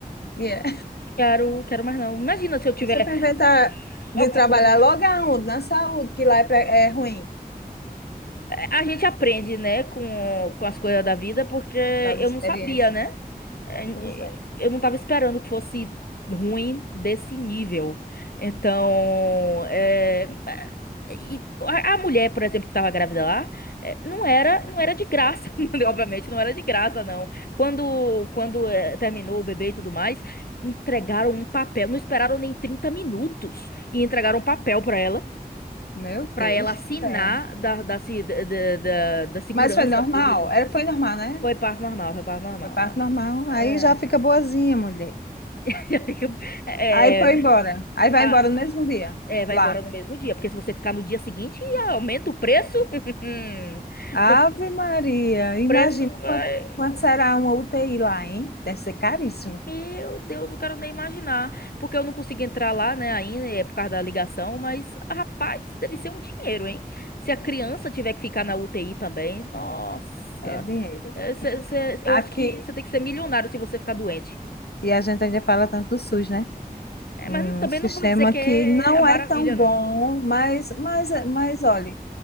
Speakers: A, on the left (about 90°); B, on the left (about 70°).
A: e é.
B: Quero, quero mais não. Imagina se eu tiver
A: Você vai inventar
B: ah,
A: de
B: alguma
A: trabalhar
B: coisa
A: logo aonde? Na saúde, que lá é, pra- é ruim,
B: A gente aprende, né, com, com as coisas da vida, porque
A: as
B: eu
A: experiências.
B: não sabia, né? Eh,
A: Pois é,
B: Eu não tava esperando que fosse ruim desse nível. Então, é, é, e a a mulher, por exemplo, que tava grávida lá, eh, não era, não era de graça, <laughs> obviamente, não era de graça, não. Quando, quando eh, terminou o bebê e tudo mais, entregaram um papel, não esperaram nem 30 minutos e entregaram um papel para ela
A: meu
B: para
A: Deus
B: ela assinar
A: do céu.
B: da, da, se- da, da, da- da segurança
A: Mas foi normal?
B: pública.
A: Era, foi normal, né?
B: Foi parto normal, foi parto normal.
A: Foi parte
B: Ah,
A: normal.
B: É.
A: Aí já fica boazinha, mulher.
B: <laughs> É,
A: Aí foi embora. Aí vai
B: Ah,
A: embora no mesmo dia,
B: é, vai
A: lá.
B: embora
A: É.
B: no mesmo dia, porque se você ficar no dia seguinte, aumenta o preço. <laughs>
A: Ave
B: O
A: Maria, imagina
B: preço vai.
A: quanto, quanto será uma UTI lá, hein? Deve ser caríssimo.
B: Meu Deus, eu quero nem imaginar. Porque eu não consigo entrar lá, né, ainda, é por causa da ligação, mas, rapaz, deve ser um dinheiro, hein? Se a criança tiver que ficar na UTI também, nossa.
A: É dinheiro.
B: É, cê- cê- eu
A: Aqui,
B: acho que você tem que ser milionário se você ficar doente.
A: e a gente ainda fala tanto do SUS, né?
B: É,
A: Um
B: mas também
A: sistema
B: não vou dizer que
A: que
B: é
A: não
B: a maravilha,
A: é tão
B: não.
A: bom, mas, mas, mas olha,